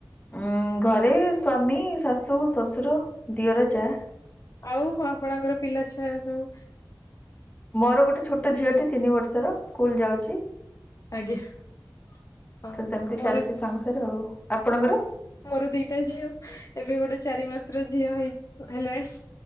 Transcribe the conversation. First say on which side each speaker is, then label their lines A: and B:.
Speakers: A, on the left (about 20°); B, on the left (about 45°).
A: ଉଁ ଘରେ ସ୍ଵାମୀ, ଶାଶୁ, ଶଶୁର, ଦିଅର, ଚା।
B: ଆଉ ହ ଆପଣଙ୍କର ପିଲାଛୁଆ ଏବେ ସବୁ?
A: ମୋର ଗୋଟେ ଛୋଟ ଝିଅଟେ ତିନି ବର୍ଷର ସ୍କୁଲ ଯାଉଛି।
B: ଆଜ୍ଞା <unintelligible>
A: ତ ସେମିତି ଚାଲିଛି
B: ଆଜ୍ଞା।
A: ସଂସାର ଆଉ ଆପଣଙ୍କର
B: ମୋର ଦିଟା ଝିଅ। ଏବେ ଗୋଟେ ଚାରି ମାସର ଝିଅ ହେଇ ହ ହେଲାଣି।